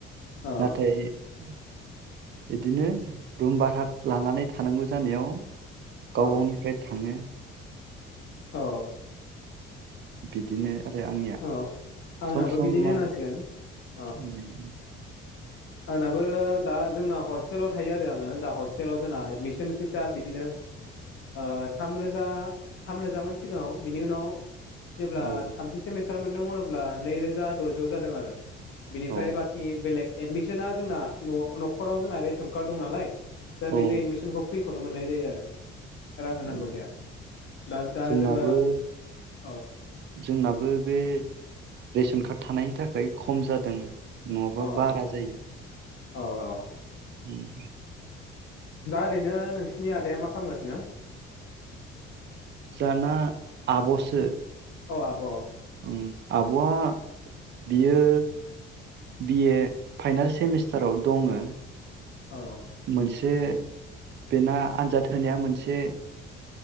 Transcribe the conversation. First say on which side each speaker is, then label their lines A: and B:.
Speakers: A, on the left; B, on the right.
A: औ
B: नाथाय बिदिनो रुम भारा लानानै थानांगौ जानायाव गाव
A: औ
B: गावनिफ्राय थाङो।
A: अ
B: बिदिनो आरो आंनिया
A: औ आंनाबो
B: सम सम
A: बिदिनो
B: मा
A: होनांसिगोन औ
B: उम
A: आंनाबो दा जोंना हस्टेलाव थायो आरो आङो दा हस्टेलाव जोंना एडमिसन फिसा बिदिनो ओ थामरोजा थामरोजामोन सिगाङाव। बेनि उनाव जेब्ला
B: औ
A: थामथि सेमिस्टार मोनदों अब्ला नैरोजा दजौ जादों आरो बिनिफ्राय
B: औ
A: बाखि बेलेग एडमिसना जोंना न'-न'खराव जोंना रेसन कार्ड दं नालाय। दा
B: औ
A: बेजो एडमिसनखौ फ्रि नुनो मोननाय जायो आरो रां होनांगौ
B: उम
A: जाया दा दा
B: जोंनाबो
A: जोङो औ
B: जोंनाबो बे रेशन कार्ड थानायनि थाखाय खम जादों, नङाबा
A: औ
B: बारा जायो
A: औ औ।
B: उम।
A: दा ओरैनो नोंसिनि आदाया मा खालामगासिनो?
B: जाहाना आब'सो
A: अ आब'।
B: उम आब'आ बियो बि ए फाइनाल सेमिस्टाराव दङो।
A: औ
B: मोनसे बेना आनजाद होनाया मोनसे